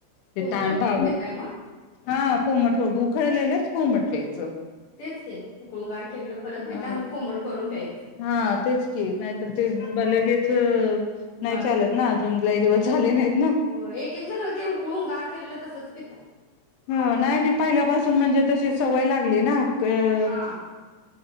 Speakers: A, on the left; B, on the left.
A: कोमट
B: ते तहान
A: करून
B: भागत
A: पिताय मग
B: ह कोमट उखळलेलच कोमट प्यायच.
A: तेच के उकळूनं गार केलेलं परत
B: हा.
A: पिताना कोमट करून प्याय-
B: हा तेच की नाहीतर ते बलगेत नाही
A: बात
B: चालत ना अजून. लय दिवस झाले नाहीत. ना.
A: हो एक एक जण ते उकळून गार केलेलं तसच पित.
B: ह नाही मी पहिल्यापासून म्हणजे तशी सवय लागली ना, अ
A: हा.